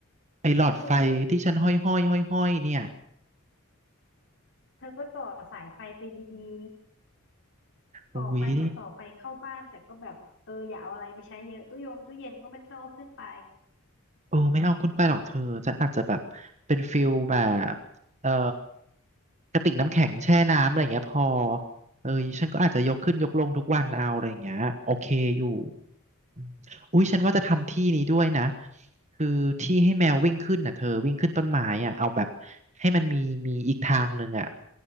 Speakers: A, on the right (about 35°); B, on the left (about 60°).
A: ไอ้หลอดไฟที่ฉันห้อยห้อยห้อยห้อยเนี่ย
B: อุ้ย เธอก็ต่อสายไฟไปดีๆต่อไฟเหมือนต่อไฟเข้าบ้านแต่ก็แบบเอออย่าเอาอะไรไปใช้เยอะตู้ยงตู้เย็นก็ไม่ต้องเอาขึ้นไป
A: อุ้ยโอ้ไม่เอาขึ้นไปหรอกเธอฉันอาจจะแบบเป็นฟิลแบบเอ่อกระติกน้ำแข็งแช่น้ำอะไรอย่างเงี้ยพอเออฉันก็อาจจะยกขึ้นยกลงทุกวันเอาอะไรอย่างเงี้ยโอเคอยู่ อมอุ้ยฉันว่าจะทำที่นี้ด้วยนะคือที่ให้แมววิ่งขึ้นน่ะเธอวิ่งขึ้นต้นไม้อ่ะเอาแบบให้มันมีมีอีกทางหนึ่งอ่ะ